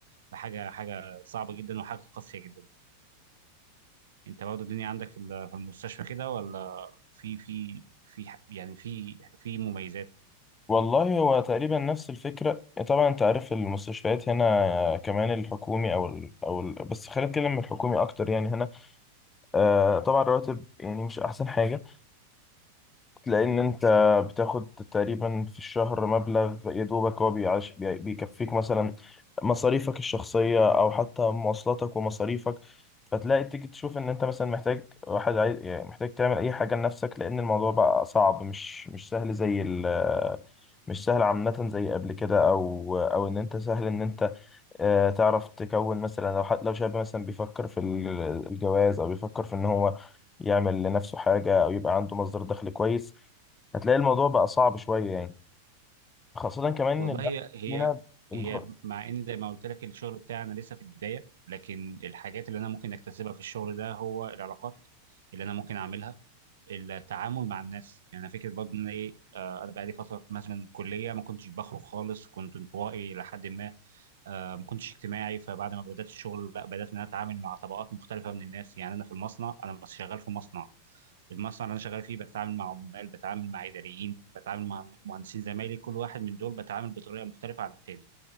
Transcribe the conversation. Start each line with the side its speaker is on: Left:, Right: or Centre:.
Right: فحاجه حاجه صعبه جدا وحاجه قاسيه جدا انت برضه الدنيا عندك في ال- في المستشفى كده ولا في في في ح- يعني في في مميزات
Left: والله هو تقريبا نفس الفكرة طبعا أنت عارف المستشفيات هنا كمان الحكومي أو ال... أو ال... بس خلينا نتكلم من الحكومي أكتر يعني هنا آه، طبعا الرواتب يعني مش أحسن حاجة لأن أنت بتاخد تقريبا في الشهر مبلغ يا دوبك هو بيعيش بي- بيكفيك مثلا مصاريفك الشخصية أو حتى مواصلاتك ومصاريفك فتلاقي تيجي تشوف إن أنت مثلا محتاج واحد عايز يعني محتاج تعمل أي حاجة لنفسك لأن الموضوع بقى صعب مش مش سهل زي ال مش سهل عامة زي قبل كده أو أو إن أنت سهل إن أنت آه، تعرف تكون مثلا لو حد لو شاب مثلا بيفكر في ال- الجواز أو بيفكر في إن هو يعمل لنفسه حاجة أو يبقى عنده مصدر دخل كويس هتلاقي الموضوع بقى صعب شوية يعني خاصة كمان
Right: والله
Left: إن الأكل
Right: هي هي
Left: هنا ال-
Right: هي مع ان زي ما قلت لك الشغل بتاعنا لسه في البدايه لكن الحاجات اللي انا ممكن اكتسبها في الشغل ده هو العلاقات اللي انا ممكن اعملها التعامل مع الناس يعني انا فكره برضه ان انا ايه آه، انا بقالي فتره مثلا كليه ما كنتش بخرج خالص كنت انطوائي لحد ما آه، ما كنتش اجتماعي فبعد ما بدات الشغل لا بدات ان انا اتعامل مع طبقات مختلفه من الناس يعني انا في المصنع انا شغال في مصنع المصنع اللي انا شغال فيه بتعامل مع عمال بتعامل مع اداريين بتعامل مع مهندسين زمايلي كل واحد من دول بتعامل بطريقه مختلفه عن التاني